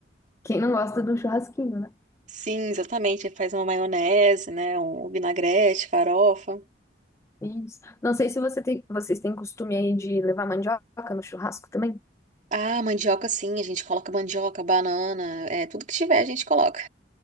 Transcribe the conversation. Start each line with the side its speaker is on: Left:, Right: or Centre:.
Left: quem não gosta de um churrasquinho, né?
Right: Sim, exatamente. Faz uma maionese, né? Um vinagrete, farofa.
Left: Isso. Não sei se você tem, vocês têm costume aí de levar mandioca no churrasco também.
Right: Ah, mandioca, sim. A gente coloca mandioca, banana, é, tudo que tiver a gente coloca.